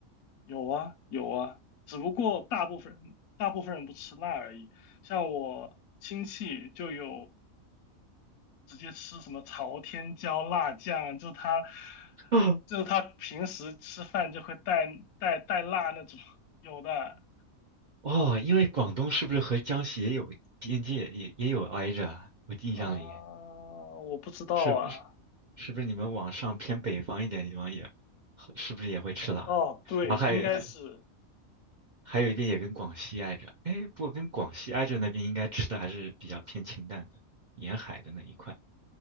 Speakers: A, on the left; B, on the right.
A: 有啊，有啊，只不过大部分人大部分人不吃辣而已。像我亲戚就有直接吃什么朝天椒辣酱，就是他
B: <laughs> 啊
A: 就是他平时吃饭就会带带带辣那种，有的
B: 哦，因为广东是不是和江西也有边界，也也有挨着啊？我印象里
A: 啊，我不知道啊，
B: 是是是不是你们往上偏北方一点地方也是不是也会吃辣？
A: 哦，对，
B: 然后还有还
A: 应该是
B: 还有一边也跟广西挨着，哎，不过跟广西挨着那边应该吃的还是比较偏清淡的，沿海的那一块。